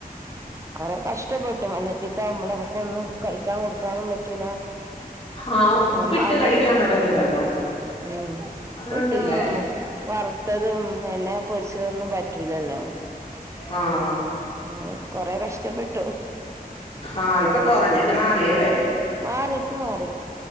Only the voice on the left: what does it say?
ആഹ് ഉപ്പിട്ട്
കഴിക്കാൻ പറ്റത്തില്ലല്ലോ
അങ്ങാണ്ടില്ലേ
ആഹ്
ആഹ് ഇപ്പ കൊറഞ്ഞല്ലേ മാറിയല്ലേ?